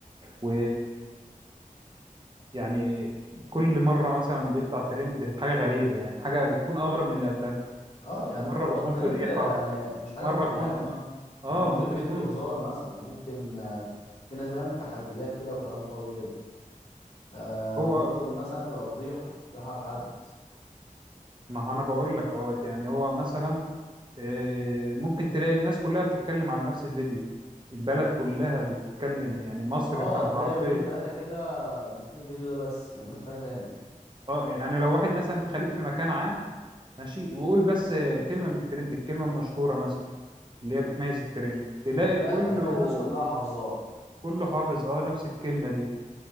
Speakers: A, on the right (about 35°); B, on the left (about 50°).
A: و يعني كل مرة مثلا بيطلع ترند حاجة غريبة يعني حاجة بتكون أغرب من اللي قبلها
B: اه يعني
A: ومرة
B: هو
A: بتكون
B: الترند
A: فضيحة
B: يعني مش حاجه
A: مرة
B: معينه
A: تكون آه آه،
B: يعني ممكن
A: ممكن
B: فيديو
A: تكون
B: هزار مثلا ممكن آه، في ناس بيعمل تحديات كده وكلام فاضي كده آه،
A: هو
B: ممكن مثلا تبقى فضيحه فضيحه لحد
A: ما أنا بقول لك أهوت يعني هو مثلا آه، ممكن تلاقي الناس كلها بتتكلم على نفس الفيديو البلد كلها بتتكلم يعني مصر
B: اه
A: حرفيا
B: تلاقي يومين ثلاثة كده ماسكين الفيديو ده بس ما بيعملوش حاجة تاني
A: اه يعني لو واحد مثلا انت خليك في مكان عام ماشي وقول بس كلمة من الترند الكلمة المشهورة مثلا اللي هي بتميز الترند تلاقي
B: هتلاقي
A: كله
B: هتلاقي الناس كلها حافظاه
A: كله حافظ اه نفس الكلمة دي